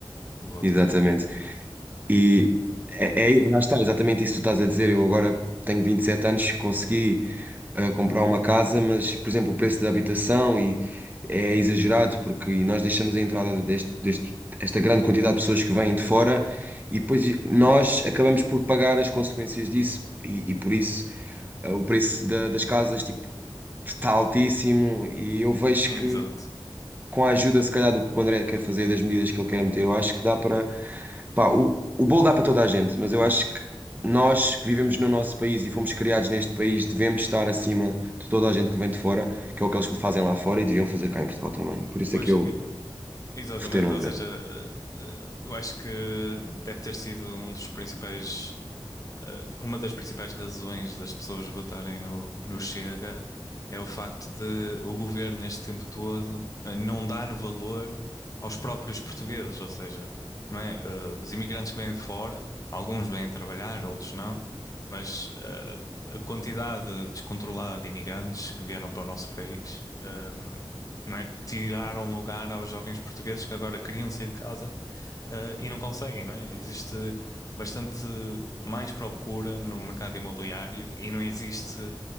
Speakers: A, on the left; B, on the right.
A: o voto
B: Exatamente.
A: que tu.
B: E é, é, lá está, exatamente isso que tu estás a dizer. Eu agora tenho 27 anos, consegui. a comprar uma casa, mas, por exemplo, o preço da habitação e é exagerado porque nós deixamos a entrada deste, deste- esta grande quantidade de pessoas que vêm de fora e depois nós acabamos por pagar as consequências disso e, e por isso ah, o preço da- das casas tipo, está altíssimo e eu vejo
A: Exato.
B: que com a ajuda, se calhar, do que o André quer fazer, das medidas que ele quer meter, eu acho que dá para Pá, o, o bolo dá para toda a gente, mas eu acho que nós que vivemos no nosso país e fomos criados neste país devemos estar acima de toda a gente que vem de fora, que é o que eles fazem lá fora e deviam fazer cá em Portugal também. Por isso
A: Pois,
B: é que eu
A: e- exatamente.
B: votei no André.
A: Ou seja, eh, eh, eu acho que deve ter sido um dos principais. Eh, Uma das principais razões das pessoas votarem no, no Chega é o facto de o governo, neste tempo todo, eh, não dar valor aos próprios portugueses, ou seja, não é? Eh, os imigrantes que vêm de fora, alguns vêm trabalhar, outros não, mas eh, a quantidade descontrolada de imigrantes que vieram para o nosso país, ehm, não é? Tiraram lugar aos jovens portugueses que agora queriam sair de casa, eh, e não conseguem, não é? Existe bastante mais procura no mercado imobiliário e não existe